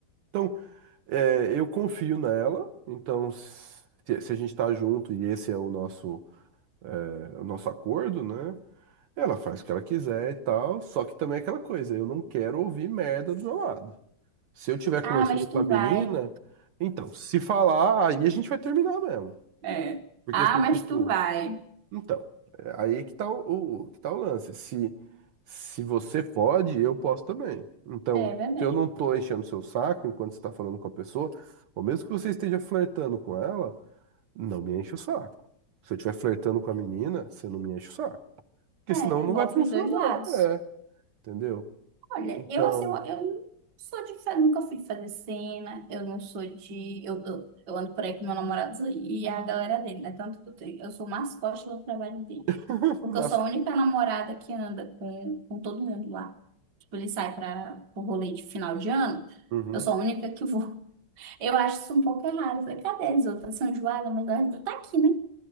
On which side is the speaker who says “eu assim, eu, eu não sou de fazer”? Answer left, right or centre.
Right